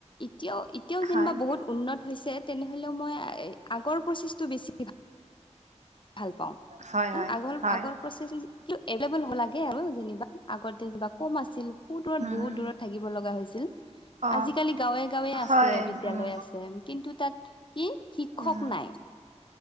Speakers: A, on the left; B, on the right.
A: এতিয়াও-এতিয়াও যেনিবা
B: হয়,
A: বহুত উন্নত হৈছে তেনেহলেও মই আগৰ প্ৰচেছটো বেছি <unintelligible> <unintelligible> ভাল পাওঁ
B: হয়,
A: কাৰণ
B: হয়,
A: আগৰ-আগৰ
B: হয়।
A: প্ৰচেছ <unintelligible> এভেইলেবল হ'ব লাগে আৰু যেনিবা আগতে বা কম আছিল সু-দূৰত
B: উম,
A: বহুত দূৰত থাকিব লগা হৈছিল। <unintelligible>
B: অ',
A: আজিকালি গাঁৱে-গাঁৱে আছে
B: হয়,
A: বিদ্যালয়
B: উম,
A: আছে। কিন্তু তাত কি শিক্ষক
B: উম,
A: নাই? <unintelligible>